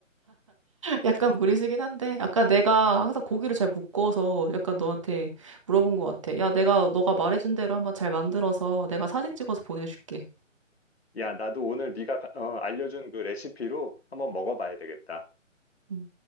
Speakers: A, on the right; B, on the left.
A: 약간 무리수긴 한데, 아까 내가 항상 고기를 잘 못 구워서 약간 너한테 물어본 것 같아. 야, 내가 너가 말해준 대로 한번 잘 만들어서 내가 사진 찍어서 보내줄게.
B: 야 나도 오늘 네가 가- 어, 알려준 그 레시피로 한번 먹어봐야 되겠다.
A: 음.